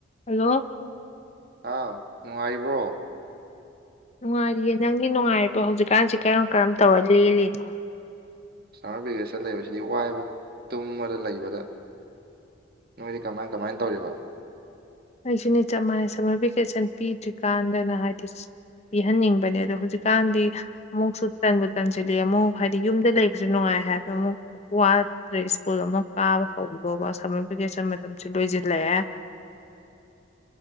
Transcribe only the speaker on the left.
hello
ꯅꯨꯡꯉꯥꯏꯔꯤꯌꯦ ꯅꯪꯗꯤ ꯅꯨꯡꯉꯥꯏꯔꯤꯕꯣ ꯍꯧꯖꯤꯛꯀꯥꯟꯁꯤ ꯀꯔꯝ ꯀꯔꯝ ꯇꯧꯔ ꯂꯦꯜꯂꯤꯅꯣ
ꯑꯩꯁꯨꯅꯤ ꯆꯞ ꯃꯥꯟꯅꯩ ꯁꯝꯃꯔ ꯚꯦꯀꯦꯁꯟ ꯄꯤꯗ꯭ꯔꯤꯀꯥꯟꯗꯅ ꯍꯥꯏꯗꯤ ꯄꯤꯍꯟꯅꯤꯡꯕꯅꯦ ꯑꯗꯣ ꯍꯧꯖꯤꯛꯀꯥꯟꯗꯤ ꯑꯃꯨꯛꯁꯨ ꯇꯟꯕꯨ ꯇꯟꯁꯤꯜꯂ‌ꯦ ꯑꯃꯨꯛ ꯍꯥꯏꯗꯤ ꯌꯨꯝꯗ ꯂꯩꯕꯁꯨ ꯅꯨꯡꯉꯥꯏ ꯍꯥꯏꯕ ꯑꯃꯨꯛ ꯋꯥꯗ꯭ꯔꯦ ꯁ꯭ꯀꯨꯜ ꯑꯃ ꯀꯥꯕ ꯍꯧꯗꯧꯕ ꯁꯝꯃꯔ ꯚꯦꯀꯦꯁꯟ ꯃꯇꯝꯁꯤ ꯂꯣꯏꯁꯤꯜꯂꯛꯑꯦ